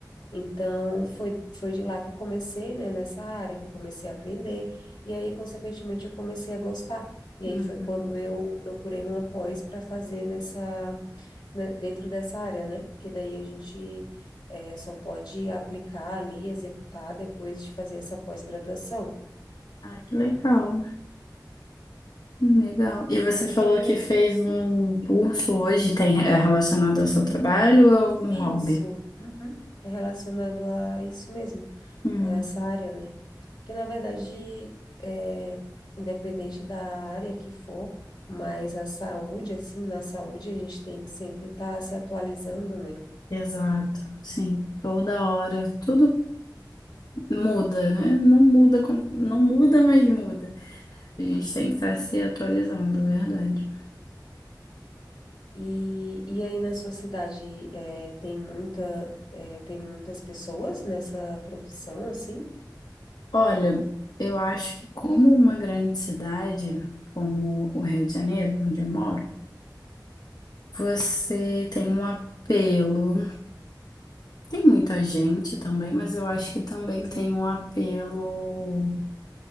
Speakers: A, on the left; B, on the left.
A: Então, foi, foi de lá que eu comecei, né, nessa área, que eu comecei a aprender, e aí, consequentemente, eu comecei a gostar. E
B: uhum.
A: aí foi quando eu procurei uma pós para fazer nessa, né, dentro dessa área, né? Porque daí a gente eh, só pode aplicar ali, executar depois de fazer essa pós-graduação.
B: Ah, que legal. Legal. E você
A: Aí
B: falou
A: foi
B: que
A: meio
B: fez um curso hoje, tem é relacionado ao seu trabalho ou a algum
A: isso,
B: hobby?
A: uhum, é relacionado a isso mesmo,
B: Hum,
A: a essa área, né? que na verdade, é, independente da área que for, mas a saúde, assim, na saúde a gente tem que sempre estar se atualizando, né?
B: Exato, sim, toda hora, tudo muda, né? Não muda, com- não muda, mas muda. A gente tem que estar se atualizando, é verdade.
A: E, e aí na sua cidade é, tem muita, é, tem muitas pessoas nessa profissão, assim?
B: Olha, eu acho que como uma grande cidade, como o Rio de Janeiro, onde eu moro, Você tem um apelo. Tem muita gente também, mas eu acho que também tem
A: Sim.
B: um apelo